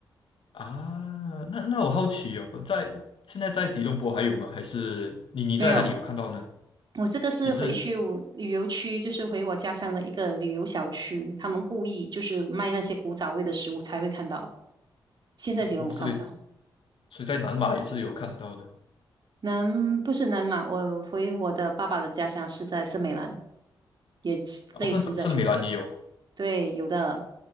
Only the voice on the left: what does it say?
啊。那那我好奇哦，在现在在吉隆坡还有吗？还是你你在哪里有看到呢？
也是，
啊所以所以在南马也是有看得到的，
啊，圣圣米兰也有